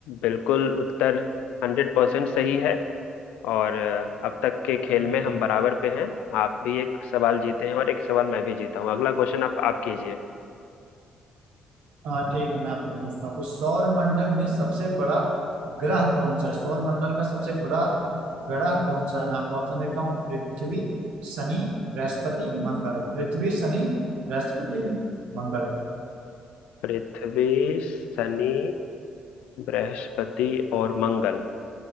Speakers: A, on the left; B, on the right.
A: बिल्कुल उत्तर हंड्रेड परसेंट सही है और अ, अब तक के खेल
B: हम्म,
A: में हम बराबर पे हैं आप भी एक सवाल जीते हैं और एक सवाल मैं भी जीता हूँ अगला क्वेश्चन आप आप कीजिए
B: हाँ ठीक है मैं आपसे पूछता हूँ सौर मंडल में सबसे बड़ा ग्रह कौन सा है सौर मंडल का सबसे बड़ा ग्रह कौन सा है मैं आपको ऑप्शन देता हूँ पृथ्वी शनि बृहस्पति मंगल पृथ्वी शनि बृहस्पति मंगल
A: पृथ्वी शनि बृहस्पति और मंगल